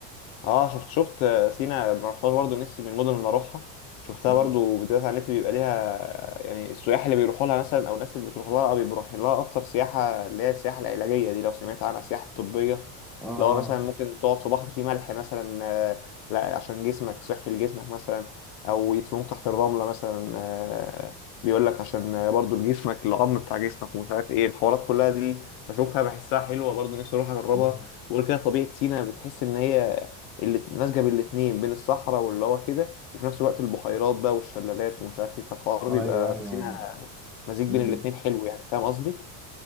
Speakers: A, on the left; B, in the centre.
A: اه شفت شفت سينا أنا رحتها برضه نفسي من المدن اللي اروحها شفتها
B: مم.
A: برضه فيديوهات على النت بيبقى ليها يعني السياح اللي بيروحوا لها مثلا او الناس اللي بتروح لها آه، بيبقوا رايحين لها اكتر سياحه اللي هي السياحه العلاجيه دي لو سمعت عنها السياحه الطبيه
B: اه اه
A: اللي هو مثلا ممكن تقعد في بحر فيه ملح مثلا آه، لا عشان جسمك صحي لجسمك مثلا او يدفنوك تحت الرمله مثلا آه، بيقول لك عشان برضه لجسمك العظم بتاع جسمك ومش عارف ايه الحوارات كلها دي بشوفها بحسها حلوة برضه نفسي اروح اجربها
B: مم.
A: وغير كده طبيعة سينا بتحس ان هي اللي ماسكه بالاتنين بين الصحراء واللي هو كده وفي نفس الوقت البحيرات بقى والشلالات ومش عارف ايه فالحوار
B: ايوه
A: بيبقى
B: ايوه
A: في سينا مزيج بين
B: مم.
A: الاتنين حلو يعني فاهم قصدي؟